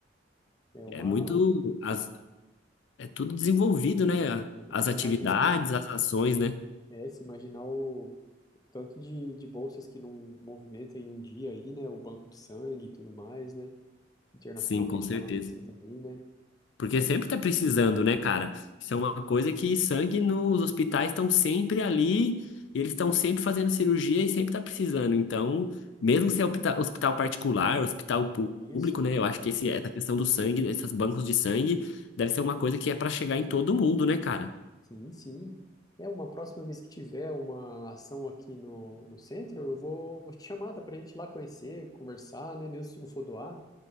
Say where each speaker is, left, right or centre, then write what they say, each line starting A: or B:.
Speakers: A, on the left; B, on the left.
A: É uma.
B: É muito. as- É tudo desenvolvido, né? As
A: E se
B: atividades,
A: imaginar,
B: as ações, né?
A: é, se imaginar o, o tanto de, de bolsas que não movimentam em um dia aí, né? O banco de sangue e tudo mais, né? Internacionalmente
B: Sim, com certeza.
A: falando assim também, né?
B: Porque sempre tá precisando, né, cara? Isso é uma coisa que sangue nos hospitais estão sempre ali, e eles estão sempre fazendo cirurgia e sempre tá precisando. Então, mesmo se é hopita- hospital particular, hospital pú-
A: E
B: público,
A: isso.
B: né? Eu acho que esse, essa questão do sangue, esses bancos de sangue, deve ser uma coisa que é para chegar em todo mundo, né, cara?
A: Sim, sim. É, uma próxima vez que tiver uma ação aqui no, no centro, eu vou, vou te chamar, dá pra gente ir lá conhecer, conversar, né? Mesmo se não for doar,